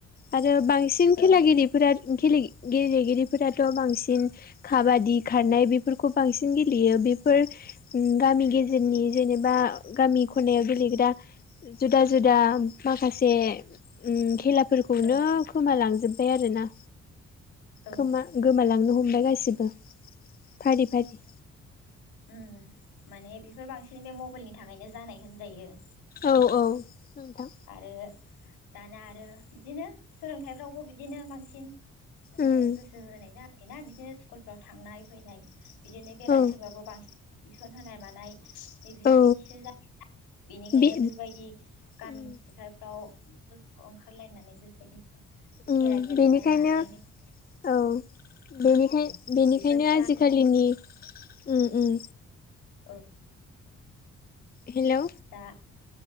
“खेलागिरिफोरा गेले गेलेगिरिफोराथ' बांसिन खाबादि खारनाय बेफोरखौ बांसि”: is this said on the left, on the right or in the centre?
Left